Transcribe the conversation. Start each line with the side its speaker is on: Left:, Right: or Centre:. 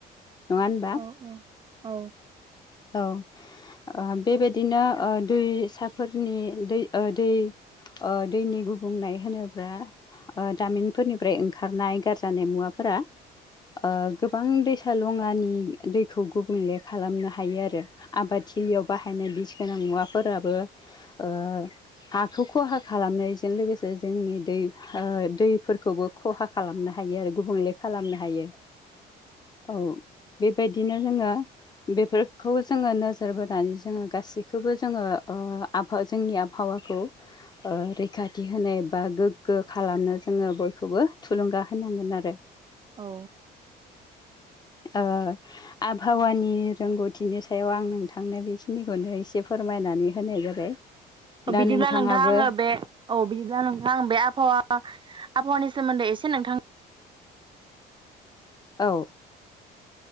Left: नङा होनबा
Right: औ औ औ।
Left: <inaudible> औ ओ बेबायदिनो ओ दैसाफोरनि दै ओ दै ओ दैनि गुबुंनाय होनोब्ला ओ दामिनफोरनिफ्राय ओंखारनाय गारजानाय मुवाफोरा ओ गोबां दैसा लङानि दैखौ गुबुंले खालामनो हायो आरो आबाद थिलियाव बा बाहायनाय बिस गोनां मुवाफोराबो ओ हाखौ खहा खालामनायजों लोगोसे जोंनि दै ओ दैफोरखौबो खहा खालामनो हायो आरो गुबुंले खालामनो हायो औ। बेबायदिनो जोङो बेफोरखौ जोङो नोजोर बोनानै जोङो गासैखौबो जोङो ओ आबहावा जोंनि आबहावाखौ ओ रैखा थि होनो बा गोग्गो खालामनो जोङो बयखौबो थुलुंगा होनांगोन आरो।
Right: औ।
Left: ओ आबहावानि रोंगौथिनि सायाव आं नोंथांनो बेखिनिखौनो एसे मायनानै होनाय जाबाय।
Right: अ
Left: दा
Right: बिदिब्ला
Left: नोंथाङाबो
Right: नोंथां आङो बे औ बिदिब्ला नोंथां आं बे आबहावा आबहावानि सोमोन्दै एसे नोंथां
Left: औ।